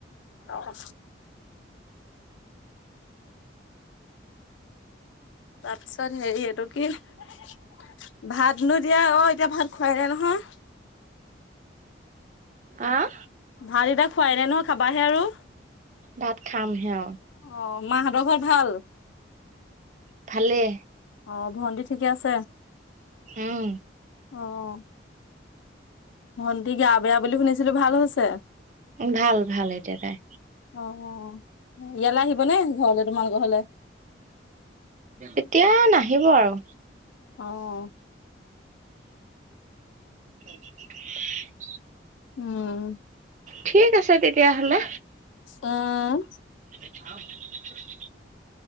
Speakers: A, on the left; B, on the right.
A: অ, তাৰ পিছত হেৰি, এইটো কি ভাতনো দিয়া অ এতিয়া ভাত খোৱাই নাই নহয়।
B: আহ,
A: ভাল এতিয়া খুৱাই নে নহয় খাবাহে আৰু।
B: ভাত খামহে আৰু
A: অ, মা হঁতৰ ঘৰত ভাল।
B: ভালেই
A: অ, ভণ্টি ঠিকে আছে।
B: উম,
A: অ, ভণ্টি গা বেয়া বুলি শুনিছিলো ভাল হৈছে?
B: ভাল, ভাল এতিয়া তাই।
A: অ, অ', ইয়ালৈ আহিব নে ঘৰলে তোমাল ঘৰলে?
B: এতিয়া নাহিব আৰু।
A: অ,
B: <unintelligible>
A: উমঁ,
B: ঠিক আছে তেতিয়াহ'লে
A: অঁহ',।
B: <unintelligible>